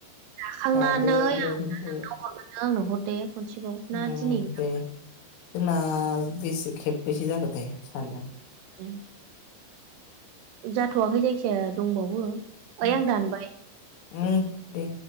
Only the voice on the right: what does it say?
जाखांनानै
आं
नोंनाव हरगोन नों आंनो हर दे खनसेबाव
ना दिनै नांला
उम जाथ'वाखै जायखिजाया दंबावो
ओइ आं दानबाय